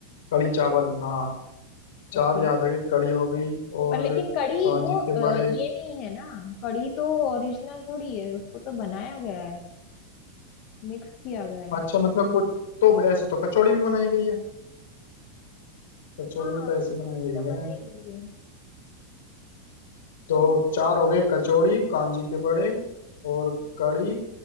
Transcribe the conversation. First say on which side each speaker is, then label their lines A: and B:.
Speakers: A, on the left; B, on the left.
A: कड़ी चावल हाँ चार
B: ओके
A: याद आ गए कड़ी हो गई और
B: पर लेकिन कढ़ी
A: कांजी
B: वो अ,
A: के बड़े
B: ये नहीं है ना कढ़ी तो ओरिजिनल थोड़ी है उसको तो बनाया गया है मिक्स किया गया है
A: अच्छा मतलब कुछ तो ऐसे तो कचौड़ी भी बनाई गई है कचौड़ी
B: हाँ
A: भी तो ऐसी
B: तो
A: बनाई
B: ये
A: गई
B: तो
A: है
B: बनाई गई है हम्म
A: तो चार हो गए कचौड़ी कांजी के बड़े और कड़ी